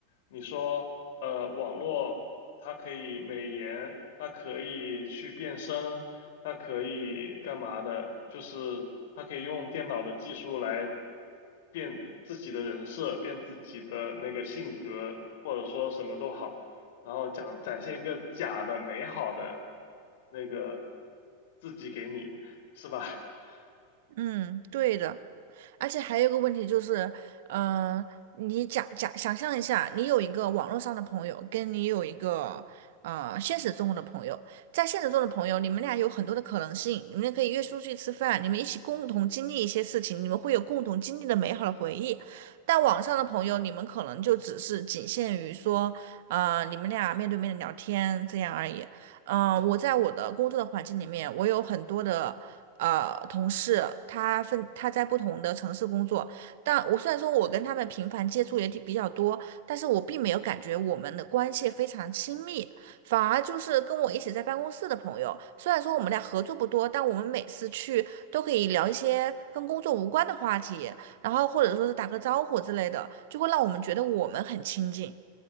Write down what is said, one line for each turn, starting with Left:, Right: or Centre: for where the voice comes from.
Left: 你说呃，网络它可以美颜，它可以去变声。它可以干嘛的？就是它可以用电脑的技术来变自己的人设，变自己的那个性格，或者说什么都好，然后讲展现一个假的美好的那个自己给你，是吧？<laughs>
Right: 嗯，对的。而且还有一个问题就是，嗯、你假假想象一下，你有一个网络上的朋友，跟你有一个呃现实中的朋友，在现实中的朋友，你们俩有很多的可能性，你们可以约出去吃饭，你们一起共同经历一些事情，你们会有共同经历的美好的回忆。但网上的朋友，你们可能就只是仅限于说，呃，你们俩面对面的聊天这样而已。嗯、呃我在我的工作的环境里面，我有很多的呃同事，他分他在不同的城市工作，但我虽然说我跟他们频繁接触也挺比较多，但是我并没有感觉我们的关系非常亲密，反而就是跟我一起在办公室的朋友，虽然说我们俩合作不多，但我们每次去都可以聊一些跟工作无关的话题，然后或者说是打个招呼之类的，就会让我们觉得我们很亲近，